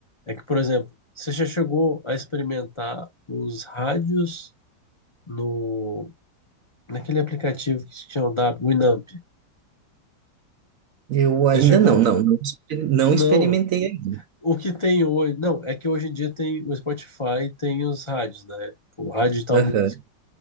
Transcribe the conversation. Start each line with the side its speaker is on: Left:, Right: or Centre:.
Left: é que, por exemplo, você já chegou a experimentar os rádios no, naquele aplicativo que se chama da Winamp?
Right: Eu ainda
Left: Já chegou?
Right: não, não, não, exper- não
Left: Não.
Right: experimentei ainda.
Left: O que tem hoje? Não, é que hoje em dia tem o Spotify, tem os rádios, né? Tipo, O rádio de tal
Right: Aham.
Left: música.